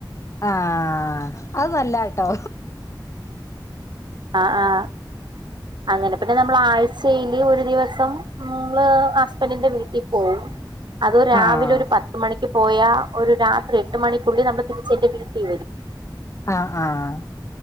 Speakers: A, on the left (about 40°); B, on the right (about 70°).
A: ആഹ് അത് നല്ല ആട്ടോ
B: ആഹ് ആഹ് അങ്ങനെപിന്നെ നമ്മള് ആഴ്ചയില് ഒരു ദിവസം നമ്മള് ഹസ്ബന്റിന്റെ വീട്ടീപോവും അത് രാവിലെ
A: ആഹ്
B: ഒരു പത്ത് മണിക്ക് പോയാ ഒരു രാത്രി എട്ട് മണിക്കുള്ളിൽ നമ്മൾ തിരിച്ചെന്റെ വീടീവെരും.
A: ആഹ് ആഹ്